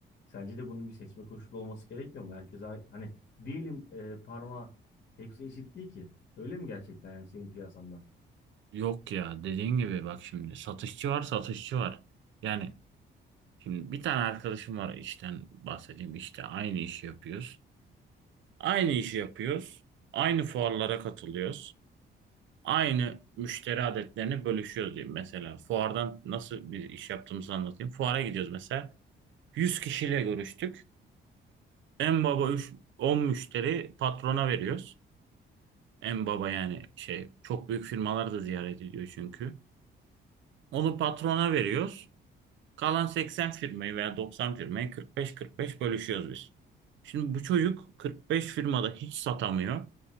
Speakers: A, on the left; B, on the right.
A: Sence de bunun bir seçme koşulu olması gerekmiyor mu? Herkese ay- hani bir elin e, parmağı hepsi eşit değil ki. Öyle mi gerçekten yani senin piyasanda?
B: yok ya dediğin gibi bak şimdi satışçı var satışçı var. Yani şimdi bir tane arkadaşım var işten bahsedeyim işte aynı işi yapıyoruz. Aynı işi yapıyoruz. Aynı fuarlara katılıyoruz. Aynı müşteri adetlerini bölüşüyoruz diyeyim mesela. Fuardan nasıl bir iş yaptığımızı anlatayım. Fuara gidiyoruz mesela. 100 kişiyle görüştük. En baba 3, 10 müşteri patrona veriyoruz. En baba yani şey çok büyük firmalar da ziyaret ediyor çünkü. Onu patrona veriyoruz. Kalan 80 firmayı veya 90 firmayı 45-45 bölüşüyoruz biz. Şimdi bu çocuk 45 firmada hiç satamıyor.